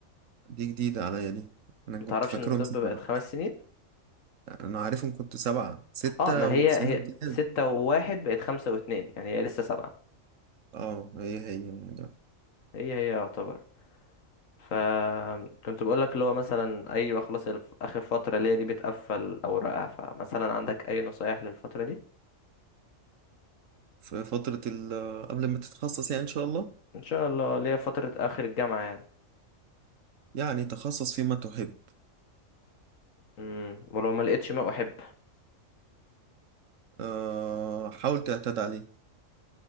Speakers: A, on the right; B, on the left.
A: دي جديدة عليا دي انا كنت
B: متعرفش
A: فاكرهم
B: ان الطب
A: سبعة
B: بقت خمس سنين
A: انا عارفهم كنت سبعة ستة
B: اه ما
A: وسنة
B: هي هي
A: امتياز
B: ستة وواحد بقت خمسة واتنين يعني هي لسه سبعة
A: اه هي هي يعني
B: هي هي يعتبر فكنت بقول لك اللي هو مثلا ايوه خلاص الف- اخر فتره ليا دي بتقفل اوراقها فمثلا عندك اي نصايح للفتره دي
A: في فترة ال- قبل ما تتخصص يعني إن شاء الله
B: ان شاء الله ليا فتره اخر الجامعه يعني
A: يعني تخصص فيما تحب
B: امم ولو ما لقيتش ما احب
A: آه، حاول تعتاد عليه